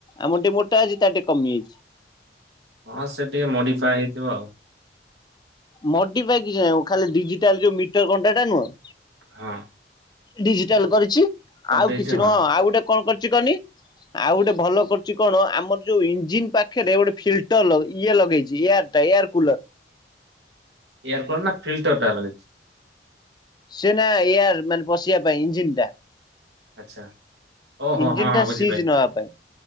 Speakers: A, on the left; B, on the right.
A: ଆମର ଟିକେ ମୋଟା ଅଛି ତାର ଟିକେ କମିଯାଇଛି।
B: ହଁ ସେ ଟିକେ ମୋଡିଫାଏ ହେଇଥିବ ଆଉ
A: ମୋଡି଼ଫାଇ କିଛି ନାଇଁ ଖାଲି ଡିଜିଟାଲ ଯୋଉ ମିଟରଣ୍ଟାଟା ନୁହଁ
B: ହଁ।
A: ଡିଜିଟାଲ କରିଛି
B: କରିଦେଇଛି
A: ଆଉ କିଛି
B: ହଁ।
A: ନୁହଁ ଆଉ ଗୋଟେ କଣ କରିଛି କହନି? ଆଉ ଗୋଟେ ଭଲ କରୁଛି କଣ ଆମର ଯୋଉ ଇଞ୍ଜିିନ ପାଖରେ ଗୋଟେ ଫିଲଟର ଲଗେ ଇଏ ଲଗେଇଛି ୟାର ଏୟାର କୁଲର୍
B: ଏୟାର କୂଲର ନା ଫିଲ୍ଟରଟା ଲଗେଇଚି?
A: ସେନା ଏୟାର ମାନେ ପଶିବା ପାଇଁ ଇଞ୍ଜିିନ ଟା।
B: ଆଚ୍ଛା ଓ
A: ଇଞ୍ଜିନ
B: ହୋ ହଁ ହଁ
A: ଟା
B: ବୁଝିପାଇଲି
A: ସିଜ ନବା ପାଇଁ।